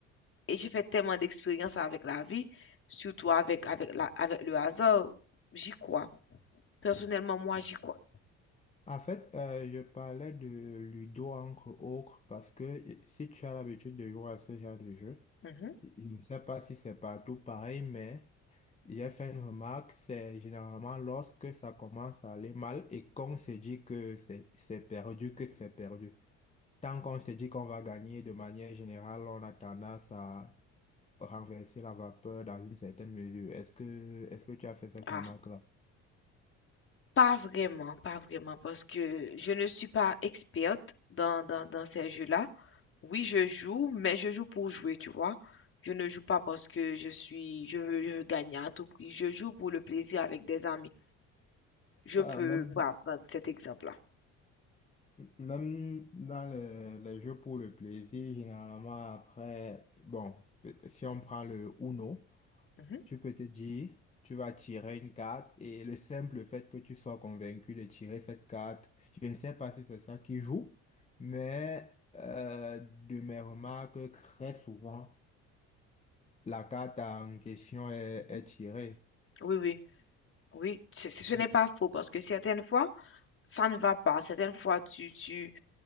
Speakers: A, on the left; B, on the left.
A: Et j'ai fait tellement d'expériences avec la vie, surtout avec, avec, la, avec le hasard, j'y crois. Personnellement, moi, j'y crois.
B: En fait, euh, je parlais de Ludo entre autres parce que si tu as l'habitude de jouer à ce genre de jeu,
A: Mhm.
B: je ne sais pas si c'est partout pareil, mais j'ai fait une remarque, c'est généralement lorsque ça commence à aller mal et qu'on se dit que c'est c'est perdu, que c'est perdu. Tant qu'on se dit qu'on va gagner de manière générale, on a tendance à renverser la vapeur dans une certaine mesure. Est-ce que, est-ce que tu as fait cette
A: Ah,
B: remarque-là?
A: pas vraiment, pas vraiment, parce que je ne suis pas experte dans, dans, dans ces jeux-là. Oui, je joue, mais je joue pour jouer, tu vois. Je ne joue pas parce que je suis, je veux, je veux gagner à tout prix. Je joue pour le plaisir avec des amis. Je
B: Euh,
A: peux
B: même,
A: pas prendre cet exemple-là.
B: même dans les, les jeux pour le plaisir, généralement après, bon, si on prend le Uno,
A: Mhm,
B: Tu peux te dire, tu vas tirer une carte et le simple fait que tu sois convaincu de tirer cette carte, je ne sais pas si c'est ça qui joue, mais euh, de mes remarques, très souvent, la carte en question est,
A: mhm.
B: est tirée.
A: Oui, oui, oui, ce ce- ce
B: Du-
A: n'est pas faux parce que certaines fois, ça ne va pas. Certaines fois, tu, tu,